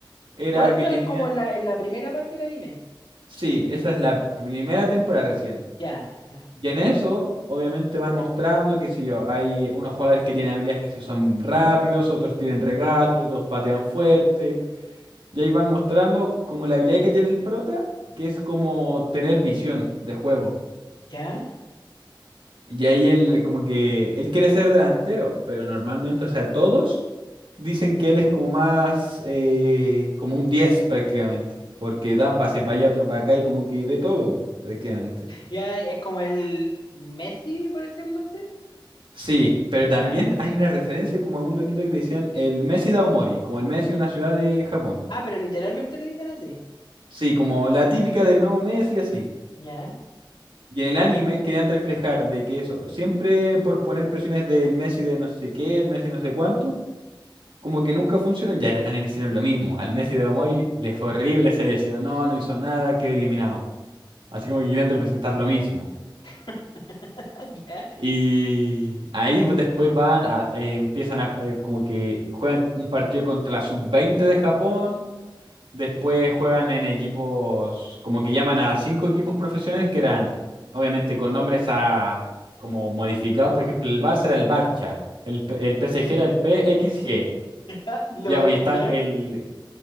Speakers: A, on the right; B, on the left.
A: era
B: Todo esto
A: que tenían,
B: es como en la, en la primera parte del anime.
A: sí, esa es la primera temporada recién.
B: Ya, ya,
A: Y en eso, obviamente van mostrando, qué sé yo, hay unos jugadores que tienen habilidades que se son rápidos, otros tienen regates, otros patean fuerte. Y ahí van mostrando como la habilidad que tiene el prota, que es como tener visión de juego.
B: ya.
A: Y ahí él como que él quiere ser delantero, pero normalmente, o sea, todos dicen que él es como más, eh, como un 10 prácticamente, porque da un pase para allá, otro para acá y como que ve todo po, prácticamente.
B: Ya es como el Messi, por decirlo así.
A: Sí, pero
B: Ya.
A: también hay una referencia como a un loquito que le decían el Messi Daomori, como el Messi de una ciudad de Japón.
B: Ah, pero literalmente le dicen así.
A: Sí, como la típica del nuevo Messi, así.
B: Ya,
A: Y en el anime querían reflejar de que eso, siempre por poner presiones del Messi de no sé qué, el Messi no sé cuánto, como que nunca funcionan. Ya en el anime hicieron lo mismo. Al Messi de Amoy le fue horrible, se lesionó, no hizo nada, quedó eliminado. Así como que querían representar lo mismo.
B: <laughs> ya.
A: Y ahí pues, después van, a- eh, empiezan a, ju- eh, como que juegan un partido contra la sub-20 de Japón Después juegan en equipos, como que llaman a cinco equipos profesionales que eran, obviamente, con nombres a, como modificados. Por ejemplo, el Barça era el Barça, el, P- el PSG era el PXG.
B: Ah, LOL,
A: Ya, pues y estaban
B: ya,
A: el,